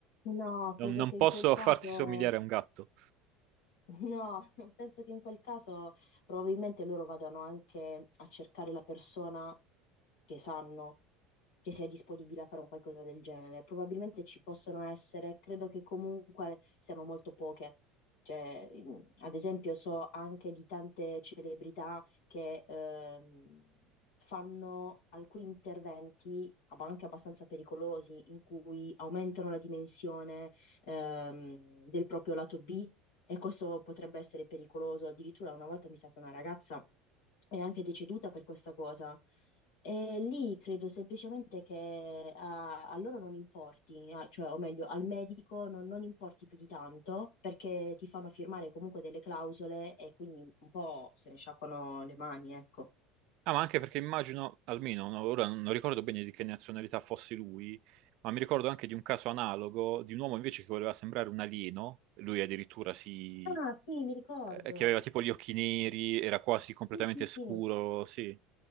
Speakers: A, on the left; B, on the right.
A: No, credo
B: non, non
A: che in
B: posso
A: quel caso...
B: <laughs> farti somigliare a un gatto.
A: No, <laughs> penso che in quel caso probabilmente loro vadano anche a cercare la persona che sanno che sia disponibile a fare un qualcosa del genere. Probabilmente ci possono essere, credo che comunque siano molto poche. Cioè, mm, ad esempio, so anche di tante celebrità che ehm, fanno alcuni interventi, ma anche abbastanza pericolosi, in cui aumentano la dimensione ehm, del proprio lato B e questo potrebbe essere pericoloso. Addirittura una volta mi sa che una ragazza è anche deceduta per questa cosa. E lì credo semplicemente che a, a loro non importi, a- cioè, o meglio, al medico non, non importi più di tanto perché ti fanno firmare comunque delle clausole e quindi un po' se ne sciacquano le mani, ecco.
B: Ah, ma anche perché immagino, almeno no, ora non non ricordo bene di che nazionalità fosse lui, ma mi ricordo anche di un caso analogo di un uomo invece che voleva sembrare un alieno, lui addirittura si...
A: Ah, sì, mi ricordo.
B: eh, che aveva tipo gli occhi neri, era quasi completamente
A: Sì, sì,
B: scuro,
A: sì.
B: sì.